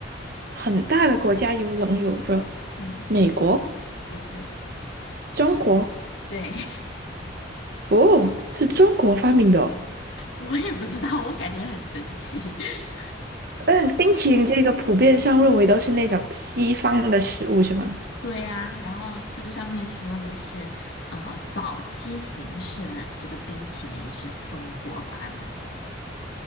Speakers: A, on the right; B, on the left.
A: 很大的国家有冷有热，
B: 嗯，
A: 美国、
B: 不是，
A: 中国，
B: 对，<laughs>
A: 哦，是中国发明的哦。
B: 我也不知道，我感觉很神奇。<laughs>
A: 但冰淇淋这个普遍上认为都是那种西方的食物，是吗？
B: 对呀，然后这个上面说的是，呃，早期形式的这个冰淇淋是中国发明的。